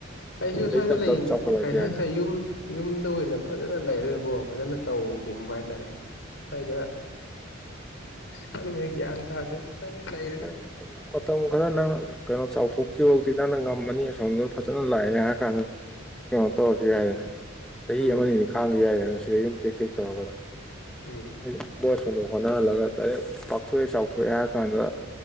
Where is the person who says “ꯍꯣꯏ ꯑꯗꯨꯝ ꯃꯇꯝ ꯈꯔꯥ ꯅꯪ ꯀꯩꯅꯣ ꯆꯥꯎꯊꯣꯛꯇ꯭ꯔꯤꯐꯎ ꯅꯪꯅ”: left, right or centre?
Centre